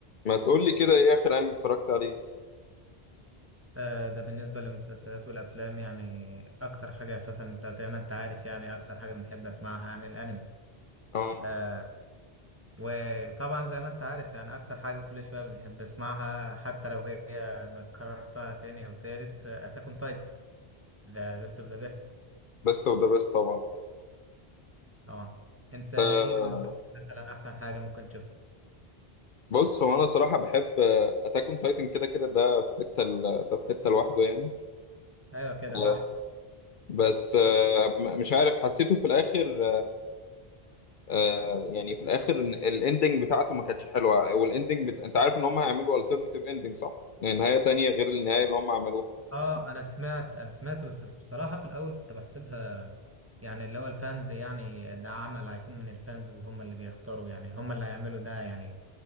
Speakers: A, on the left; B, on the right.
A: ما تقول لي كده ايه اخر انمي اتفرجت عليه
B: آه، ده بالنسبة للمسلسلات والأفلام يعني أكتر حاجة أساسا أنت زي ما أنت عارف يعني أكتر حاجة بنحب أسمعها يعني الأنمي
A: اه
B: آه وطبعا زي ما أنت عارف يعني أكتر حاجة كل شوية بنحب أسمعها حتى لو هي كررتها تاني أو تالت أتاك أون تايتن ده بيست أوف ذا بيست
A: بيست اوف ذا بيست طبعا
B: طبعا أنت إيه
A: آه،
B: بالنسبة لك مثلا أحسن حاجة ممكن تشوفها؟
A: بص هو انا صراحه بحب اتاك اون تايتن كده كده ده في حته ال- ده في حته لوحده يعني
B: أيوه كده
A: آه،
B: صح
A: بس آه، م- مش عارف حسيته في الاخر آه، يعني في الاخر إن الاندنج بتاعته ما كانتش حلوه والاندنج بت... انت عارف ان هم هيعملوا الترناتيف اندنج صح يعني نهايه تانية غير النهايه اللي هم عملوها
B: اه انا سمعت انا سمعت بس الصراحه في الاول كنت بحسبها يعني اللي هو الفانز يعني ده عمل هيكون من الفانز وهم اللي بيختاروا يعني هم اللي هيعملوا ده يعني